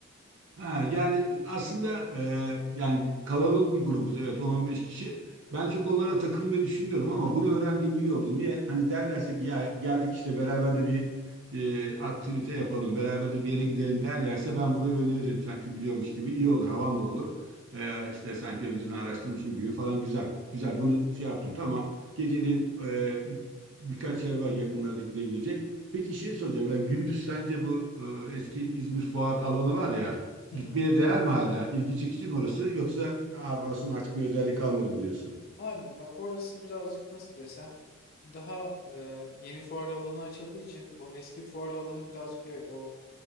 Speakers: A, on the right; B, on the left.
A: Ha, yani aslında e, yani kalabalık bir grubuz evet 10-15 kişi. Ben çok onlara takılmayı düşünmüyorum ama bunu öğrendiğim iyi oldu. Niye? Hani derlerse ki ya geldik işte beraber de bir e, aktivite yapalım, beraber de bir yere gidelim derlerse ben burayı öneririm sanki biliyormuş gibi iyi olur, havam da olur. E, işte sanki önceden araştırmışım gibi falan güzel. Güzel bunu şey yaptım tamam. Geceliğin e, bir- birkaç yer var yakınlarda gidebilecek. Peki şey soracağım ya gündüz sence bu e, eski İzmir Fuar alanı var ya
B: Hı
A: Gitmeye
B: hı.
A: değer mi hala? İlgi çekici mi orası? Yoksa Aa, burasının artık bir özelliği kalmadı mı diyorsun?
B: Abi bak orası birazcık nasıl desem daha e, yeni fuar alanı açıldığı için bu eski fuar alanı birazcık evet o